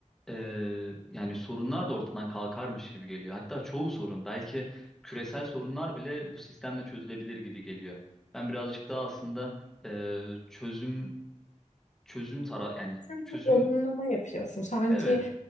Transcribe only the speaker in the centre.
e, yani sorunlar da ortadan kalkarmış gibi geliyor. Hatta çoğu sorun, belki küresel sorunlar bile bu sistemle çözülebilir gibi geliyor. Ben birazcık daha aslında e, çözüm çözüm tara yani
çözüm
evet